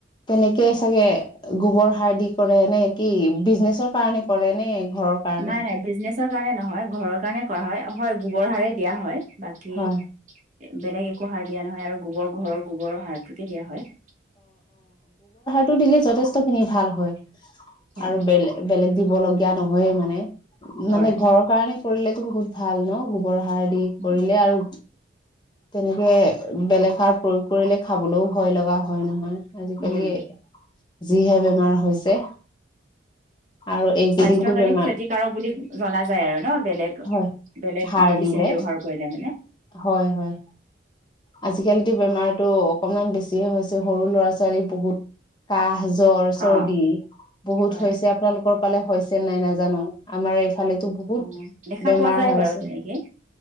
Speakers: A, on the left; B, on the right.
A: তেনেকে চাগে গোবৰ সাৰ দি কৰে নে কি? বিজনেচৰ কাৰণে কৰে নে? ঘৰৰ কাৰণে
B: নাই নাই, বিজনেচৰ কাৰণে নহয় ঘৰৰ কাৰণে কৰা হয়, হয় গোবৰ সাৰেই দিয়া হয়। বাকী,
A: হয়
B: বেলেগ একো সাৰ দিয়া নহয় আৰু গোবৰ ঘৰৰ গোবৰৰ সাৰটোকে দিয়া হয়।
A: টো দিলে যথেষ্ট খিনি ভাল হয়
B: হয়
A: আৰু বেলে-বেলেগ দিব লগীয়া নহয়ে মানে। মানে
B: হয়
A: ঘৰৰ কাৰণে কৰিলেতো বহুত ভাল ন', গোবৰ সাৰ দি
B: হয়।
A: কৰিলে আৰু তেনেকে বেলেগ সাৰ প্ৰয়োগ কৰিলে খাবলৈও ভয় লগা হয় নহয়। আজিকালি
B: উম
A: যিহে বেমাৰ হৈছে। আৰু এইকেইদিনতো
B: স্বাস্থ্যৰ কাৰণে
A: বেমাৰ
B: ক্ষতিকাৰক বুলি জনা যায় আৰু ন' বেলেগ
A: হয়
B: বেলেগ
A: সাৰ
B: মেডিচিন
A: দিলে
B: ব্যৱহাৰ কৰিলেম
A: হয় হয়, আজিকালিতো বেমাৰত <unintelligible> অকনমান বেছিয়ে হৈছে, সৰু ল'ৰা ছোৱালী বহুত কাহ জ্বৰ, চৰ্দি
B: অ
A: বহুত
B: হয়।
A: হৈছে আপোনালোকৰ পালে হৈছে নাই নাজানো, আমাৰ ফালেতো বহুত
B: অ দেখা
A: বেমাৰ
B: পোৱা যায়
A: হৈ
B: বাৰু
A: আছে।
B: তেনেকেই